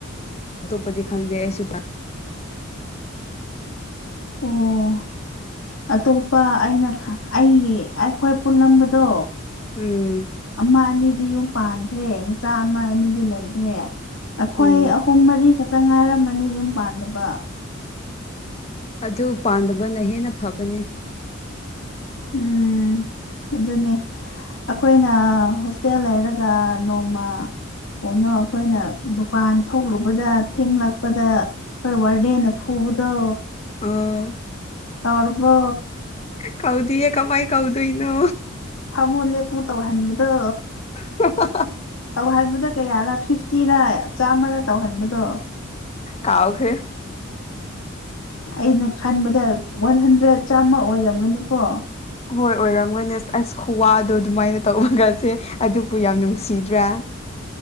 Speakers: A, on the left; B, on the left.
A: ꯑꯇꯣꯞꯄꯗꯤ ꯈꯪꯗꯦ ꯑꯩꯁꯨ
B: ꯑꯣ꯫ ꯑꯇꯣꯞꯄ ꯑꯩꯅ ꯑꯩ ꯑꯩꯈꯣꯏ ꯄꯨꯜꯂꯝꯕꯗꯣ
A: ꯎꯝ
B: ꯑꯃ ꯑꯅꯤꯗꯤ ꯌꯨꯝ ꯄꯥꯟꯈ꯭ꯔꯦ ꯃꯆꯥ ꯑꯃ ꯑꯅꯤꯗꯤ ꯂꯩꯈ꯭ꯔꯦ꯫ ꯑꯩꯈꯣꯏ
A: ꯎꯝ
B: ꯑꯍꯨꯝ ꯃꯔꯤ ꯈꯛꯇ ꯉꯥꯏꯔꯝꯃꯅꯤ ꯌꯨꯝ ꯄꯥꯟꯗꯕ꯫
A: ꯑꯗꯨ ꯄꯥꯟꯗꯕꯅ ꯍꯦꯟꯅ ꯐꯕꯅꯦ
B: ꯎꯝ ꯑꯗꯨꯅꯦ꯫ ꯑꯩꯈꯣꯏꯅ ꯍꯣꯁꯇꯦꯜ ꯂꯩꯔꯒ ꯅꯣꯡꯃ ꯀꯩꯅꯣ ꯑꯩꯈꯣꯏꯅ ꯗꯨꯀꯥꯟ ꯊꯣꯛꯂꯨꯕꯗ ꯊꯦꯡꯂꯛꯄꯗ ꯑꯩꯈꯣꯏ ꯋꯥꯔꯗꯦꯅ ꯐꯨꯕꯗꯣ꯫
A: ꯎꯝ
B: ꯀꯥꯎꯔꯕꯣ꯫
A: ꯀꯥꯎꯗꯤꯌꯦ ꯀꯃꯥꯏ ꯀꯥꯎꯗꯣꯏꯅꯣ꯫
B: ꯐꯝꯃꯨ ꯂꯦꯞꯄꯨ ꯇꯧꯍꯟꯕꯗꯣ꯫
A: <unintelligible>
B: ꯇꯧꯍꯟꯕꯗ ꯀꯌꯥꯔ ꯐꯤꯐꯇꯤꯔ ꯆꯥꯃꯔ ꯇꯧꯍꯟꯕꯗꯣ꯫
A: ꯀꯥꯎꯈ꯭ꯔꯦ꯫
B: ꯑꯩꯅ ꯈꯟꯕꯗ ꯋꯥꯟ ꯍꯟꯗ꯭ꯔꯦꯠ ꯆꯥꯝꯃ ꯑꯣꯏꯔꯝꯒꯅꯤꯀꯣ꯫
A: ꯍꯣꯏ ꯑꯣꯏꯔꯝꯒꯅꯦꯁ ꯑꯁ ꯈꯨꯋꯥꯗꯣ ꯑꯗꯨꯃꯥꯏꯅ ꯇꯧꯕꯒꯁꯦ ꯑꯗꯨꯕꯨ ꯌꯥꯝ ꯅꯨꯡꯁꯤꯗ꯭ꯔꯥ꯫